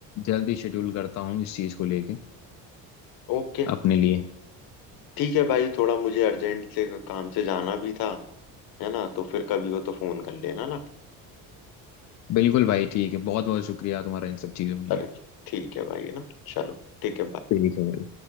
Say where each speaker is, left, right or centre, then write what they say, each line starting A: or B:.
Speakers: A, on the left (about 50°); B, on the left (about 65°).
A: जल्दी शेड्यूल करता हूँ इस चीज़ को लेके
B: ओके
A: अपने लिए
B: ठीक है भाई थोड़ा मुझे अर्जेंट से काम से जाना भी था है ना तो फिर कभी हो तो फोन कर लेना ना
A: बिल्कुल भाई ठीक है बहुत बहुत शुक्रिया तुम्हारा इन सब चीज़ों के
B: अरे
A: लिए
B: ठीक है भाई है ना चलो ठीक है bye.
A: ठीक है भाई